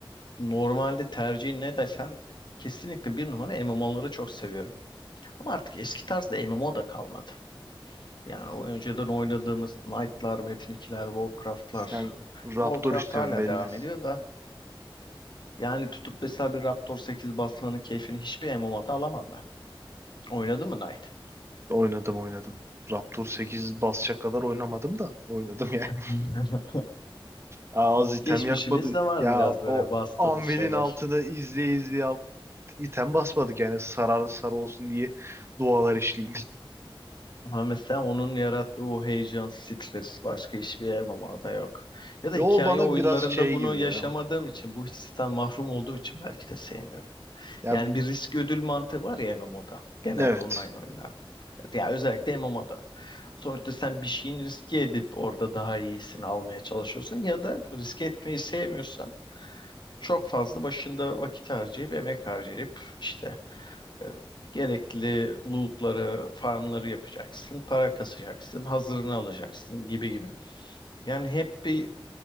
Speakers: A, on the left; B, on the right.
A: normalde tercihin ne desen kesinlikle bir numara MMO'ları çok seviyorum. Ama artık eski tarzda MMO da kalmadı. Yani o önceden oynadığımız Knight'lar, Metin 2'ler, Warcraft'lar.
B: Sen Raptor
A: Warcraft
B: istiyorsun
A: hala
B: belli.
A: devam ediyor da yani tutup mesela bir Raptor 8 basmanın keyfini hiçbir MMO'da alamam ben. Oynadın mı Knight?
B: Oynadım oynadım. Raptor 8 basacak kadar oynamadım da oynadım yani.
A: <laughs>
B: <laughs> Aa, Az item
A: Geçmişimiz
B: yakmadı.
A: de var
B: Ya
A: biraz böyle
B: o
A: bastığımız
B: Anvil'in
A: şeyler.
B: altını izleye izleye alt, item basmadık yani sararlı sarı olsun diye dualar işleyeyim.
A: Ha mesela onun yarattığı o heyecan, stres başka hiçbir elemanda yok.
B: <laughs>
A: Ya da
B: Yo
A: hikaye
B: bana
A: oyunlarında
B: biraz şey
A: bunu
B: gibi
A: yaşamadığım
B: ya.
A: için, bu histen mahrum olduğum için belki de sevmiyorum.
B: Ya
A: Yani
B: b-
A: bir risk ödül mantığı var ya MMO'da. Genelde
B: evet.
A: online oyunlar. Ya özellikle MMO'da. Sonuçta sen bir şeyin riske edip orada daha iyisini almaya çalışıyorsun ya da riske etmeyi sevmiyorsan çok fazla başında vakit harcayıp emek harcayıp işte e, Gerekli lootları, farmları yapacaksın, para kasacaksın, hazırını alacaksın gibi gibi. Yani hep bir